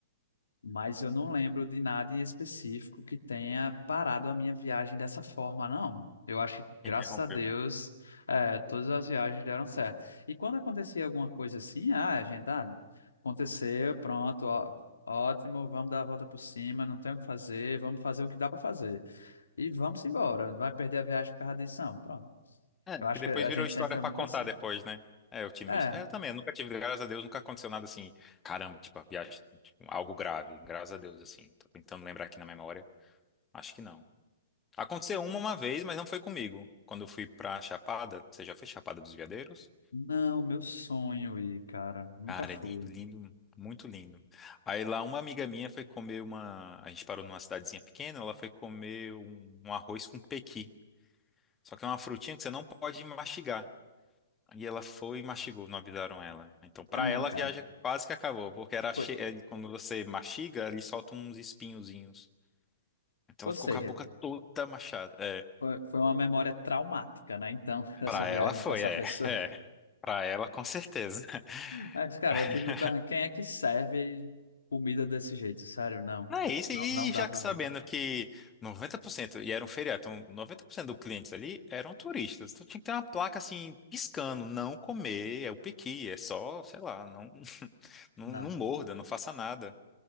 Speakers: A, on the left; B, on the left.
A: Mas eu não lembro de nada em específico que tenha parado a minha viagem dessa forma, não. Eu acho que, graças
B: Interrompeu,
A: a Deus,
B: né?
A: eh, todas as viagens deram certo. E quando acontecia alguma coisa assim, ah, a gente, ah, aconteceu, pronto, ó, ótimo, vamos dar a volta por cima, não tem o que fazer, vamos fazer o que dá para fazer. E vamos embora, vai perder a viagem por causa disso, não. Pronto.
B: É,
A: Eu acho
B: que depois
A: que a
B: virou
A: gente
B: história
A: sempre foi
B: pra
A: muito
B: contar
A: assim.
B: depois, né? É, otimista.
A: É,
B: É, eu também, eu nunca tive, graças a Deus, nunca aconteceu nada assim, caramba, tipo, a viagem, tipo, algo grave, graças a Deus, assim. Tô tentando lembrar aqui na memória, acho que não. Aconteceu uma uma vez, mas não foi comigo. Quando eu fui pra Chapada, você já foi Chapada dos Veadeiros?
A: não, meu sonho ir, cara, nunca
B: Cara,
A: fui.
B: é lindo, lindo, muito lindo. Aí lá uma amiga minha foi comer uma, a gente parou numa cidadezinha pequena, ela foi comer um, um arroz com pequi. Só que é uma frutinha que você não pode mastigar. E ela foi e mastigou, não avisaram ela. Então, pra
A: Ai,
B: ela,
A: não, cara.
B: a viagem quase que acabou, porque era che...
A: Foi-
B: é, quando você mastiga, ele solta uns espinhozinhos. Então,
A: Ou
B: ela ficou
A: seja,
B: com a boca toda machada. É,
A: Foi foi uma memória traumática, né? Então, <laughs> dessa
B: para
A: viagem
B: ela foi,
A: com essa
B: é,
A: pessoa.
B: <laughs> é. Para ela, com certeza.
A: Mas, cara,
B: <laughs>
A: eu fico me perguntando, quem é que serve comida desse jeito? Sério, não.
B: Não é isso,
A: Não,
B: e
A: não dá
B: já
A: pra
B: que sabendo
A: mim.
B: que 90%, e era um feriado, então 90% dos clientes ali eram turistas. Então tinha que ter uma placa assim, piscando, não comer, é o piqui, é só, sei lá, não, <laughs> não,
A: Não.
B: não morda, não faça nada.